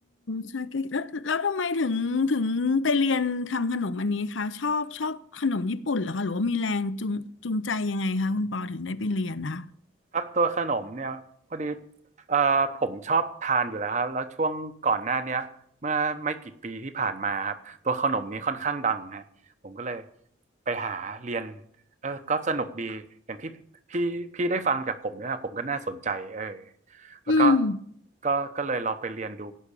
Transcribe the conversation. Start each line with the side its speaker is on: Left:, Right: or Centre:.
Left: ใช่ใกล้แล้วแล้วทำไมถึงถึงไปเรียนทำขนมอันนี้คะชอบชอบขนมญี่ปุ่นเหรอคะหรือว่ามีแรงจูงจูงใจยังไงคะคุณปอถึงได้ไปเรียนนะคะ
Right: ครับตัวขนมเนี่ยพอดีเอ่อผมชอบทานอยู่แล้วครับแล้วช่วงก่อนหน้าเนี้ยเมื่อไม่กี่ปีที่ผ่านมาครับตัวขนมนี้ค่อนข้างดังฮะผมก็เลยไปหาเรียนเออก็สนุกดีอย่างที่พี่พี่ได้ฟังจากผมเนี่ยผมก็น่าสนใจเออแล้วก็
Left: อืม
Right: ก็ก็เลยลองไปเรียนดู